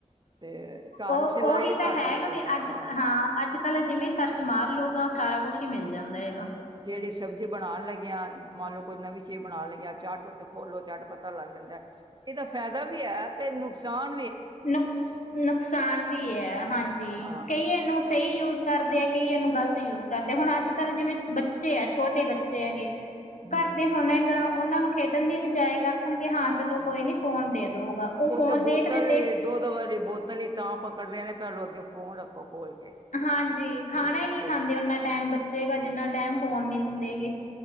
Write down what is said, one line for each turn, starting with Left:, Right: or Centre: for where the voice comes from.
Right: ਤੇ ਘਰ
Left: ਉਹ
Right: ਸਿਲਾਈ
Left: ਉਹੀ ਤਾਂ
Right: ਕਟ
Left: ਹੈਗਾ
Right: ਰਹੇ ਜ
Left: ਵੀ ਅੱਜ
Right: ਹਾਂ
Left: ਅੱਜ ਕੱਲ ਜਿਵੇਂ ਸਰਚ ਮਾਰ ਲਉਗਾ ਸਾਰਾ ਕੁਛ ਹੀ ਮਿਲ ਜਾਂਦਾ ਹੈਗਾ
Right: ਜਿਹੜੀ ਸਬਜ਼ੀ ਬਣਾਉਣ ਲੱਗਿਆ ਮੰਨ ਲਓ ਕੋਈ ਨਵੀਂ ਚੀਜ਼ ਬਣਾਉਣ ਲੱਗਿਆ ਚੱਟ ਉੱਥੇ ਖੋਲੋ ਚੱਟ ਪਤਾ ਲੱਗ ਜਾਂਦਾ ਇਹਦਾ ਫਾਇਦਾ ਵੀ ਹੈ ਤੇ ਨੁਕਸ <unintelligible>
Left: ਨੁਕ ਨੁਕਸਾਨ ਵੀ ਹੈ ਹਾਂਜੀ
Right: ਹਾਂ
Left: ਕਈ ਇਨੂੰ ਸਹੀ ਜੂਸ ਕਰਦੇ ਆ ਕਈ ਇਹਨ ਨੂੰ ਗ਼ਲਤ ਯੂਜ ਕਰਦੇ ਹੁਣ ਅੱਜ ਕੱਲ੍ਹ ਜਿਵੇਂ ਬੱਚ ਜੂਸ ਬੱਚੇ ਆ ਛੋਟੇ ਬੱਚੇ ਹੈਗੇ
Right: ਹਮ
Left: ਘਰਦੇ ਹੁਣ ਹੈਗਾ ਉਹਨਾਂ ਨੂੰ ਖੇਡਣ ਦੀ ਬਜਾਏ ਆਖਣਗੇ ਹਾਂ ਚਲੋ ਕੋਈ ਨਹੀਂ ਫੋਨ ਦੇ ਦਊਗਾ ਉਹ ਫੋਨ
Right: ਤੇ ਬੋਤਲ
Left: ਦੇਖਦੇ ਦੇਖ
Right: ਏ, ਦੋ ਦੋ ਵਾਰੀ ਬੋਤਲ ਹੀ ਤਾਂ ਪਕੜਿਆ ਨੇ ਭੈਲੂੰ ਅੱਗੇ ਫੋਨ ਰੱਖੋ ਖੋਲ ਕੇ
Left: ਹਾਂਜੀ ਖਾਣਾ
Right: ਬੱਚੇ
Left: ਹੀ ਨਹੀਂ ਖਾਂਦੇ ਓਨਾ ਟਾਈਮ ਬੱਚੇ ਜਿੰਨਾ ਟਾਈਮ ਫੋਨ ਨੀ ਦਿੰਦੇ ਹੈਗੇ